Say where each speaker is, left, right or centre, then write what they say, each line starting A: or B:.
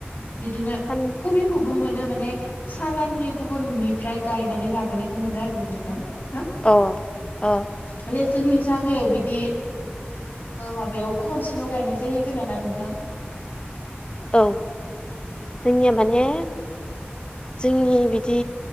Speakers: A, on the left; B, on the left.
A: बिदिनो
B: <inaudible>
A: कबिखौबो मोनो माने सालाननि गुबुननिफ्राय गायनानै लाबोनायखौ मोनो आरोना नोंथां ना
B: अ अ
A: माने जोंनि जागायाव बिदि माबायाव खनसेल' गायनाय जायो खोनाना नोंथां
B: औ जोंनिया माने जोंनि बिदि